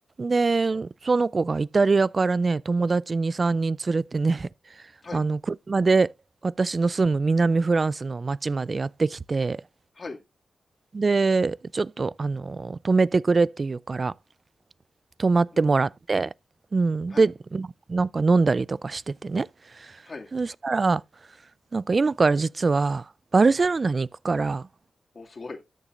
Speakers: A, on the right; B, on the left.
A: で、その子がイタリアからね、友達に3人連れてね、<laughs>
B: はい、
A: あの、車で私の住む南フランスの町までやってきて、
B: はい、
A: で、ちょっと、あの、止めてくれって言うから、止まってもらって、
B: うん、
A: うん。
B: はい、
A: で、まなんか飲んだりとかしててね。
B: はい。
A: そしたら、なんか今から実は、バルセロナに行くから、
B: お、すごい。